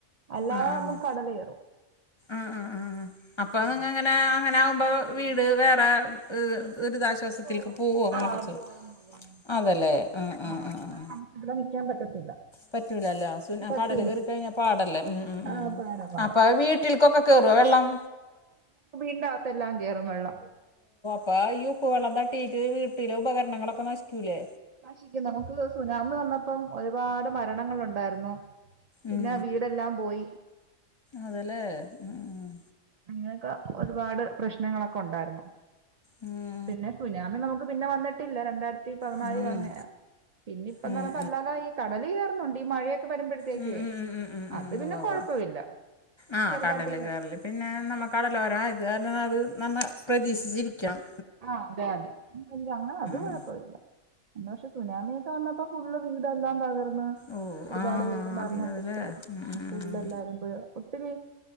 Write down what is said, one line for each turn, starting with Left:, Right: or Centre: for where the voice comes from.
Right: അല്ലാതെ
Left: ആഹ് ആഹ്
Right: നമ്മുക്ക് കടല്‌കേറും
Left: ആഹ് ആഹ് ആഹ് അപ്പൊ
Right: ഉം
Left: അതെങ്ങനെ അങ്ങനെകുമ്പോ വീട് വേറെ ഒരുദാശ സത്തില്ക്ക്
Right: ഓ
Left: പോഹോ അങ്ങനെ
Right: ആ
Left: ഒക്കെ ചയ്
Right: പോവും പോവും
Left: അതേലേ അഹ് അഹ്
Right: ആ
Left: അഹ് അഹ്
Right: ആ, നമുക്ക് ഇവിടെ നിക്കാൻ പറ്റത്തില്ല
Left: പറ്റൂലല്ലോ സുന
Right: പറ്റൂല
Left: കടല് കേറി കഴിഞ്ഞാ പാടല്ലേ ഉം ഉം
Right: ആ
Left: ഉം ഉ
Right: പാടാ പാടാ
Left: അപ്പൊ വീട്ടിൽക്കൊക്കെ കേറോ വെള്ളം
Right: ഇണ്ടോത്തെല്ലാം കേറും വെള്ളം
Left: പ്പ ഈ ഉപ്പ് വെള്ളം തട്ടിയിട്ട് വീട്ടിലെ ഉപകരണങ്ങളൊക്കെ നശിക്കൂലേ
Right: നശിക്കും നമുക്ക് സുനാമി വന്നപ്പം ഒരുപാട് മ ഭരണങ്ങളുണ്ടായിരുന്നു. പിന്നെ
Left: ഉം
Right: വീടെല്ലാം പോയി
Left: അതെലെ ഉം ഉം
Right: അങ്ങനെക്കെ ഒരുപാട് പ്രശ്നങ്ങളൊക്കെ ഉണ്ടായിരുന്നു
Left: ഉം
Right: പിന്നെ സുനാമി നമുക്ക് പിന്നെ വന്നിട്ടില്ല രണ്ടായിരത്തി പതിനാലിൽ
Left: ഉം
Right: വ പിന്നെ ഇപ്പ
Left: ഉം
Right: ന്ന് പറയ്പോ
Left: ഉം ഉം
Right: അല്ലാതെ ഈ കടല് കേറുന്നുണ്ട് ഈ മഴ ക്ക് വരുമ്പഴത്തേ
Left: ഉം
Right: ക്യേ.
Left: ഉം ഉം ഉം ഉം
Right: അത് പിന്നെ
Left: ഉവ്വ്
Right: കൊഴപ്പോ
Left: ഉവ്വ്.
Right: ല്ല
Left: ആ
Right: ചെറുതായ്ട്ട
Left: കടൽ കയറല് പിന്നെ അന്നമ്മക്കതല്ല ഒരാ ഇത് കാര്ണം അത് നമ്മൾ പെതീക്ഷിച്ചിരിക്കണം.
Right: ആഹ് അതെ അതെ അങ്ങനെ അത് കൊഴപ്പ്വല്ല
Left: ഉം
Right: എന്ന് പക്ഷെ സുനാമിയൊക്കെ വന്നപ്പോ ഫുള്ള് വീടൊ എല്ലാം തകർന്ന്
Left: ഓ
Right: ഒരുപാട്
Left: ആ
Right: പേര് മരണപ്പെട്ടു.
Left: അതിനല്ലേ ഉം ഉം
Right: ഫുള്ള്
Left: ഉം.
Right: എല്ലാരും പോയ് ഒത്തിരി